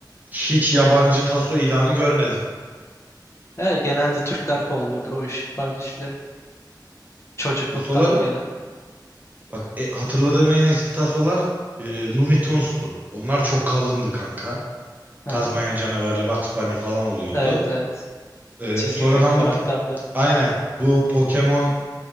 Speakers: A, on the right (about 20°); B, on the left (about 35°).
A: hiç yabancı taso ilanı görmedim.
B: Evet, genelde Türkler kovalıyordur o iş tarz işleri. Çocukluktan
A: Tasoları
B: gelen.
A: bak e, hatırladığım en eski tasolar e, Looney Tunes'tu. Onlar çok kalındı kanka.
B: Hı
A: Tazmanya
B: hı.
A: canavarı, Bugs Bunny falan oluyordu.
B: Evet evet.
A: E,
B: Çizgi
A: sonradan
B: film karakterleri.
A: bu po- aynen bu Pokemon